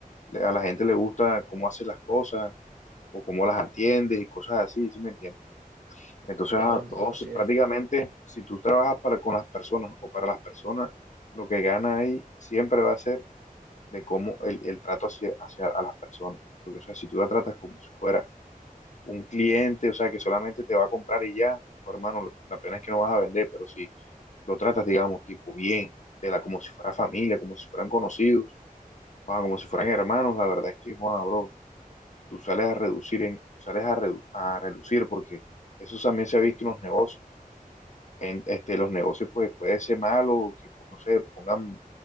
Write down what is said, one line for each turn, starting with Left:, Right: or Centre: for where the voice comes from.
Left: le- a la gente le gusta cómo haces las cosas o cómo las atiendes y cosas así, ¿sí me entiendes? Entonces,
Right: Claro,
Left: a
Right: hermano,
Left: todos
Right: sí es.
Left: prácticamente, si tú trabajas para con las personas o para las personas, lo que gana ahí siempre va a ser de cómo el, el trato hacia, hacia a las personas. Porque, o sea, si tú la tratas como si fuera un cliente, o sea, que solamente te va a comprar y ya, oh, hermano, la pena es que no vas a vender, pero si lo tratas, digamos, tipo bien, de la, como si fuera familia, como si fueran conocidos, ah, como si fueran hermanos, la verdad es que, joda, bro, tú sales a reducir, en, sales a, redu- a reducir porque eso también se ha visto en los negocios en- este, los negocios pues puede ser malo, que no sé, pongan